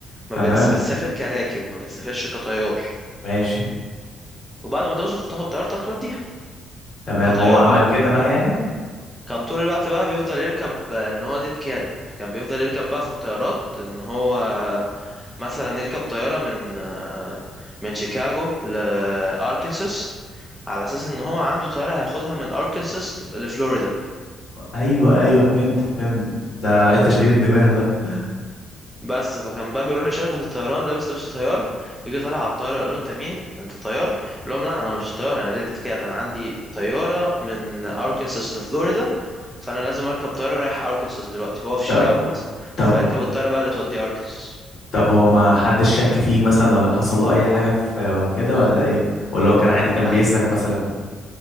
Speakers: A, in the centre; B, on the left.
A: ما
B: تمام
A: بتس... بتسافر كراكب ما بتسافرش كطيار
B: ماشي
A: وبعد ما توصل تاخد طيارتك توديها
B: تمام
A: كطيار
B: هو عمل
A: بقى.
B: كده بقى يعني
A: كان طول الوقت بقى بيفضل يركب ان هو ديت كاد كان بيفضل يركب بقى في الطيارات ان هو مثلا يركب طيارة من من شيكاغو لأركنساس على اساس ان هو عنده طيارة هياخدها من أركنساس لفلوريدا
B: ايوه ايوه فهمت فهمت ده ايه تشغيل الدماغ ده
A: بس فكان بقى بيروح لشركة الطيران لابس لبس طيار يجي طالع على الطيارة يقول له انت مين انت الطيار يقول لهم لا انا مش طيار انا ريت كده انا عندي طيارة من اركنساس لفلوريدا فانا لازم اركب طيارة رايحة اركنساس دلوقتي هو في شيكاغو
B: طب
A: مثلا
B: طب
A: فيركب الطيارة بقى اللي توديه اركنساس
B: طب هو ما حدش شك فيه مثلا ولا حصل له اي حاجة في كده ولا ايه ولا هو كان عادي كان
A: اه
B: بيسلك مثلا